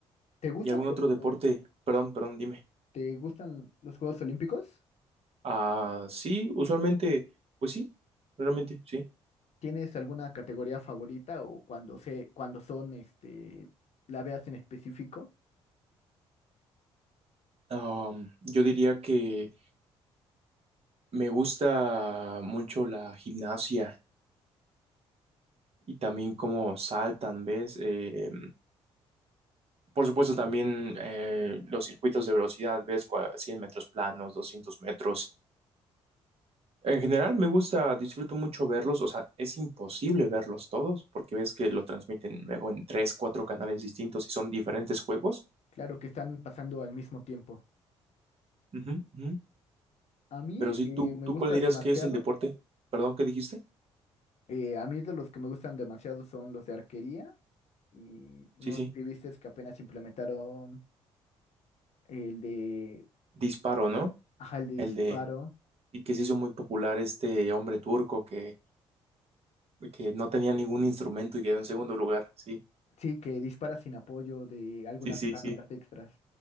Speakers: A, on the left; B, on the right.
A: ¿Te gustan
B: Y algún
A: los,
B: otro deporte. Perdón, perdón, dime.
A: te gustan los Juegos Olímpicos?
B: Ah, sí, usualmente, pues sí, realmente sí.
A: ¿Tienes alguna categoría favorita o cuando se, cuando son, este, la veas en específico?
B: Am, yo diría que me gusta mucho la gimnasia y también cómo saltan, ¿ves? Eh, Por supuesto, también eh, los circuitos de velocidad, ves cua- 100 metros planos, 200 metros. En general me gusta, disfruto mucho verlos, o sea, es imposible verlos todos porque ves que lo transmiten luego en tres, cuatro canales distintos y son diferentes juegos.
A: Claro que están pasando al mismo tiempo.
B: Ujú, ujú.
A: A mí
B: Pero
A: el
B: sí,
A: que
B: ¿tú,
A: me
B: tú
A: gusta
B: cuál dirías
A: Ok. demasiado,
B: que es el deporte? Perdón, ¿qué dijiste?
A: eh, a mí de los que me gustan demasiado son los de arquería y no
B: Sí, sí,
A: sé si viste que apenas implementaron. el de,
B: disparo, ¿no?
A: ajá, el de
B: El
A: disparo,
B: de, y que se hizo muy popular este hombre turco que, que no tenía ningún instrumento y quedó en segundo lugar. Sí,
A: sí, que dispara sin apoyo de algunas
B: sí, sí,
A: herramientas
B: sí.
A: extras.